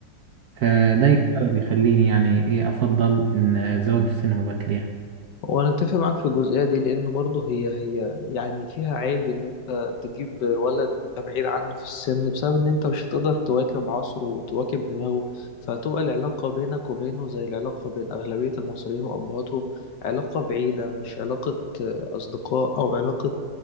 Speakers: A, on the right; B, on the left.
A: فده السبب بيخليني يعني إيه أفضل إن الزواج في سن مبكر يعني
B: وانا اتفق معاك في الجزئيه دي لانه برضه هي هي يعني فيها عيب ان انت تجيب ولد انت بعيد عنه في السن بسبب ان انت مش هتقدر تواكب عصره وتواكب دماغه فتبقى العلاقه بينك وبينه زي العلاقه بين اغلبيه المصريين وابهاتهم علاقه بعيده مش علاقه آه، اصدقاء او علاقه